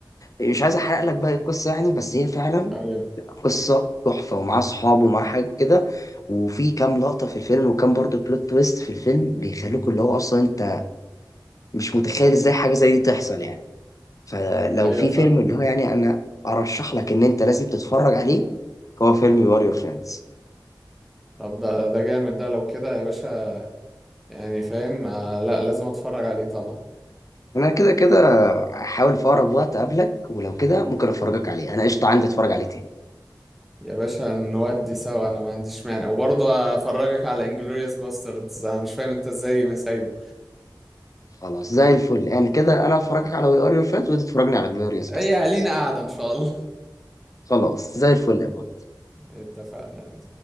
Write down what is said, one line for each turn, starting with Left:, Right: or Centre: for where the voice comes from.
Left: مش عايز أحرق لك باقي القصة يعني بس هي فعلا
Centre: ايوه
Left: قصة تحفة ومعاه صحاب ومعاه حاجة كده وفي كام لقطة في الفيلم وكام برضه بلوت تويست في الفيلم بيخلوك اللي هو أصلا أنت مش متخيل إزاي حاجة زي دي تحصل يعني فلو
Centre: ايوه
Left: في
Centre: فاهم
Left: فيلم اللي هو يعني انا ارشح لك ان انت لازم تتفرج عليه هو فيلم يور يور فريندز
Centre: طب ده ده جامد ده لو كده يا باشا يعني فاهم آه لا لازم اتفرج عليه طبعا
Left: انا كده كده هحاول في اقرب وقت اقابلك ولو كده ممكن افرجك عليه انا قشطه عندي اتفرج عليه تاني
Centre: يا باشا نودي سوا انا ما عنديش مانع وبرضه افرجك على انجلوريوس باستردز انا مش فاهم انت ازاي ما سايبه
Left: خلاص زي الفل انا كده انا افرجك على وي ار يور فريندز وانت تتفرجني على جلوريوس
Centre: هي
Left: باستردز
Centre: لينا قاعده ان شاء الله
Left: خلاص زي الفل يا بابا
Centre: <laughs> اتفقنا